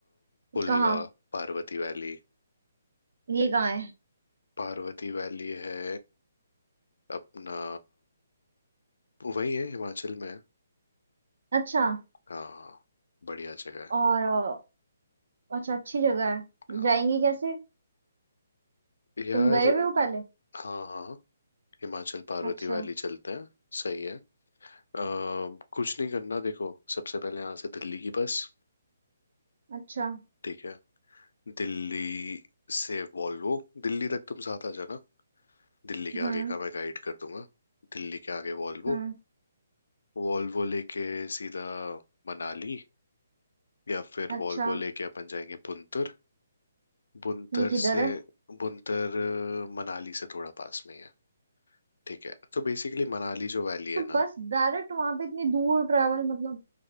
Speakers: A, on the left; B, on the right.
A: पुलगा
B: कहाँ
A: पार्वती वैली
B: ये कहाँ है
A: पार्वती वैली है अपना वही है हिमाचल में है।
B: अच्छा
A: हाँ बढ़िया जगह है
B: और अ, अच्छा अच्छी जगह है
A: हाँ
B: जाएंगे कैसे
A: यार
B: तुम गए हुए हो पहले
A: हाँ हाँ हिमाचल पार्वती
B: अच्छा
A: वैली चलते हैं सही है अ, कुछ नहीं करना देखो सबसे पहले यहाँ से दिल्ली की बस
B: अच्छा
A: ठीक है दिल्ली से वॉल्वो दिल्ली तक तुम साथ आ जाना दिल्ली के
B: हम्म
A: आगे का मैं गाइड कर दूंगा दिल्ली के आगे वॉल्वो
B: हम्म
A: वॉल्वो लेके सीधा मनाली या फिर
B: अच्छा
A: वॉल्वो लेके अपन जाएंगे बुनतर बुनतर
B: ये किधर
A: से
B: है
A: बुनतर अ, मनाली से थोड़ा पास में ही है ठीक है तो बेसिकली मनाली जो वैली है
B: तो
A: ना
B: बस डायरेक्ट वहां पे इतनी दूर ट्रैवल मतलब